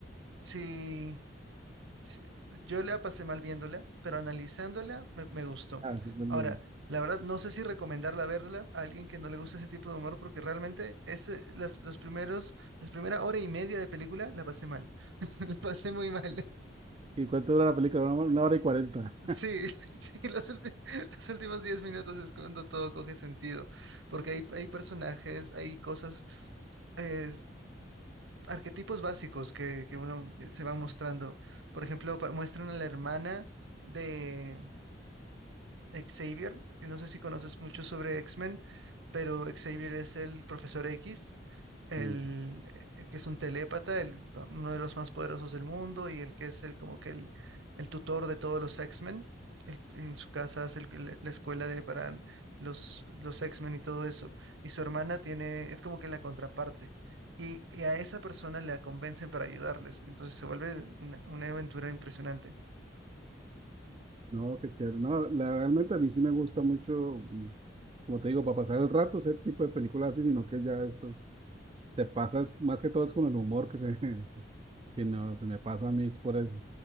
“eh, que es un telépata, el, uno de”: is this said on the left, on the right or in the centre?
Right